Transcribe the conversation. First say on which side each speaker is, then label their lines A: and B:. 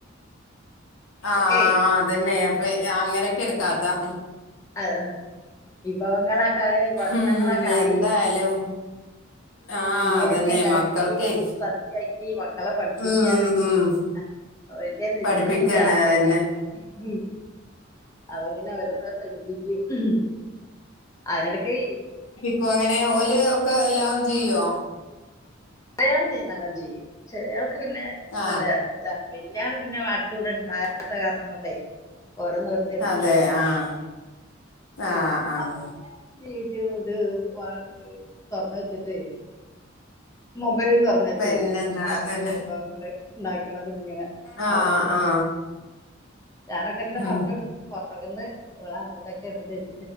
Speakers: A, on the left; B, on the left.
A: നമുക്കേ
B: ആഹ് ആഹ് അതന്നെ അപ്പ അങ്ങനെയൊക്കെയാണ് കഥ
A: <unintelligible> ആഹ് വിഭവങ്ങളൊക്കെ ആയി ഭക്ഷണങ്ങളൊക്കെ
B: ഉം
A: ആയി
B: എന്തായാലും
A: <unintelligible>
B: ആ
A: ബിരിയാണിയൊക്കെ
B: അതന്നെ
A: ആക്കി
B: മക്കൾക്കേ
A: സദ്യയാക്കി മക്കളെ പഠിപ്പിക്കാണ്
B: ഉം ഉം
A: ആഹ് വെല്യ നിശ്ചയൊന്നും
B: പഠിപ്പിക്കാണ്
A: ഇല്ലാ
B: അതന്നെ
A: <unintelligible> ഉം അവൻ പിന്നെ അവരൊന്ന് <unintelligible> അവരൊന്ന് എടുപ്പിക്കും അയിനെടക്ക്
B: ക്കോ അങ്ങനെ ഓല് ഒക്കെ എല്ലാതും ചെയ്യോ?
A: അയാള് ചെയ്യും നല്ലോം ചെയ്യും ചെറിയാൾക്ക് പിന്നെ
B: ആ
A: നല്ല താണ് വെല്യാള് പിന്നെ <unintelligible> ഇവിടെ ഇണ്ടാവാത്ത കാരണം കൊണ്ടേ ഓരോന്നോരന്ന്
B: അതെ ആഹ് ആഹ് ആഹ്
A: അപ്പൊ <unintelligible> ഇത് വാ ഏഹ് തൊറന്ന് വെച്ചിട്ടേ മൊബൈലും തൊറന്ന് വെച്ച്
B: പിന്നെന്താ അതന്നെ
A: ഓരോ വിഭവങ്ങള് ഇണ്ടാക്കണത്ങ്ങനെ
B: ആ
A: അവളന്നെ
B: ആ
A: ഞാനൊക്കെങ്ങനെ
B: ഉം
A: പറഞ്ഞു കൊടുക്കും പൊറക്ന്ന് <unintelligible> അതൊക്കെ എടുത്ത് വെച്ച്